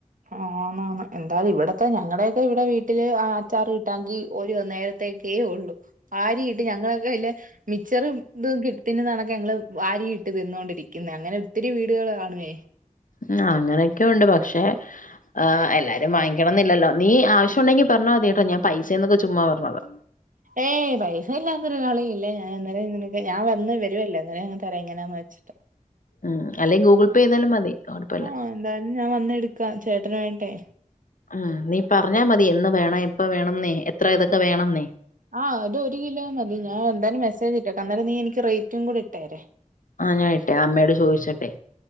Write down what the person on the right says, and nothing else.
ആഹ് ആന്നാന്ന് എന്തായാലും ഇവിടത്തെ ഞങ്ങടെയൊക്കെ ഇവിടെ വീട്ടില് അച്ചാറ് കിട്ടാങ്കി ഓരോ നേരത്തേക്കേ ഉള്ളു വാരി ഇട്ട് ഞങ്ങളൊക്കെ അല്ല മിച്ചർ ഇതും കി ത്തിന് കണക്കെ ഞങ്ങള് വാരി ഇട്ട് തിന്നോണ്ടിരിക്കുന്നേ അങ്ങനെ ഒത്തിരി വീടുകള് കാണുവേ
ഏയ് പൈസ ഇല്ലാത്തൊരു കളിയില്ലേ ഞാൻ ഇന്നലെ നിനക്ക് ഞാൻ വന്ന് വെ രുവല്ലെ അന്നേരം അങ്ങ് തരാ എങ്ങനെയാന്ന് വെച്ചിട്ട്
ആഹ് എന്തായാലും ഞാൻ വന്നെടുക്കാം ചേട്ടനുവായിട്ടേ
ആഹ് അത് ഒരു കിലോ മതി ഞാൻ എന്തായാലും മെസജ്ട്ടേക്കാ അന്നേരം നീ എനിക്ക് റേറ്റും കൂടെ ഇട്ടേരേ